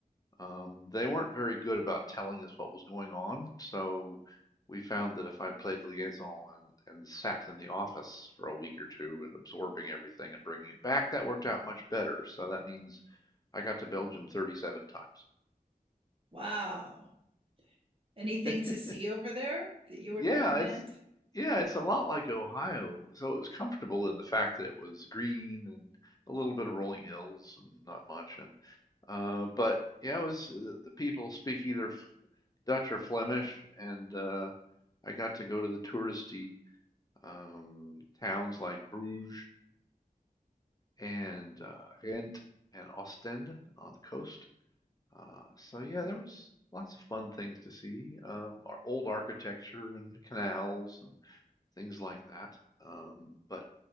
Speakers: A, on the left; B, on the right.
A: Um, they weren't very good about telling us what was going on, so we found that if I played liaison and, and sat in the office for a week or two and absorbing everything and bringing it back, that worked out much better. So that means I got to Belgium 37 times.
B: wow anything
A: <laughs>
B: to see over there that you would
A: Yeah,
B: recommend
A: it's yeah, it's a lot like Ohio. So it was comfortable in the fact that it was green and a little bit of rolling hills and not much. And uh, but yeah, it was the, the people speak either Dutch or Flemish, and uh, I got to go to the touristy um, towns like Bruges and uh, Ghent and Ostend on the coast. Uh, so yeah,
B: Mhm,
A: there was lots of fun things to see. Um, our old architecture and canals and things like that. Um, but